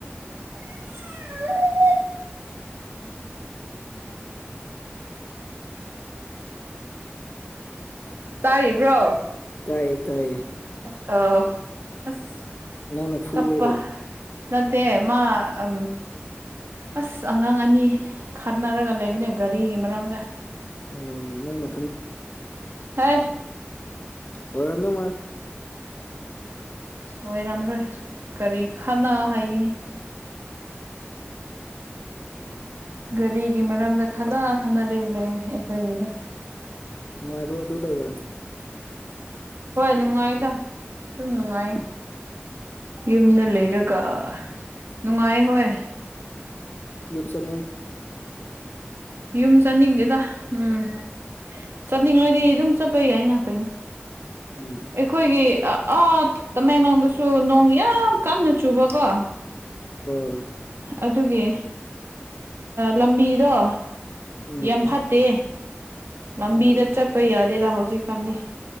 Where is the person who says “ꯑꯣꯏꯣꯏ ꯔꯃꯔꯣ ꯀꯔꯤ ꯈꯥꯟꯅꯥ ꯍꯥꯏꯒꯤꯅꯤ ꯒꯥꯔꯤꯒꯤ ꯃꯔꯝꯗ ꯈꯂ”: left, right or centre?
Right